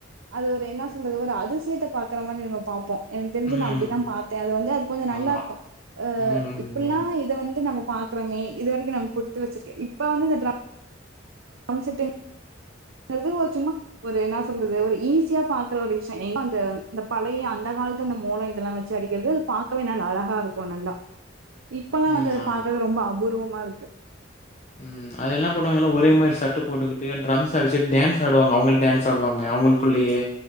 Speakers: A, on the right (about 85°); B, on the left (about 35°).
A: அது ஒரு என்ன சொல்றுது ஒரு அதுசியத்த பாக்குற மாரி நம்ம பாப்போ எனக்கு தெரிஞ்சு
B: ம்.
A: நா அப்டிதா பாத்தே அது வந்து அது கொஞ்ச நல்லார்க்கு
B: ஆமா.
A: அ
B: ம்.
A: இப்பில்லா
B: ம்.
A: இத வந்து நம பாக்றமே இது வரக்கு நம்ம குடுத்து வச்சிர்க்கே இப்ப வந்து இந்த ட்ரா டிரம்செட்டிங் இது ஓ சும்மா ஒரு என்ன சொல்றது ஒரு ஈஸியா பாக்குற ஒரு விஷ்யம் ஏனா அந்த இந்த பழைய அந்த காலத்து இந்த மோளம் இதெல்லாம் வச்சு அடிக்கிறது அது பாக்கவே நல்ல அழகா இருக்கும் நல்லா இப்பெல்லாம்
B: ம்.
A: வந்து அதை
B: ஆமா.
A: பாக்குறது ரொம்ப அபூர்வம் நா இருக்கு
B: ம் அது என்னா பண்ணுவாங்கல்லா ஒரே மாரி சர்ட்டு போட்டுக்கிட்டு டரம்ஸ் அடிச்சுட்டு டான்ஸ் ஆடுவாங்க அவுங்களு டான்ஸ் ஆடுவாங்க அவுங்களுக்குள்ளேயே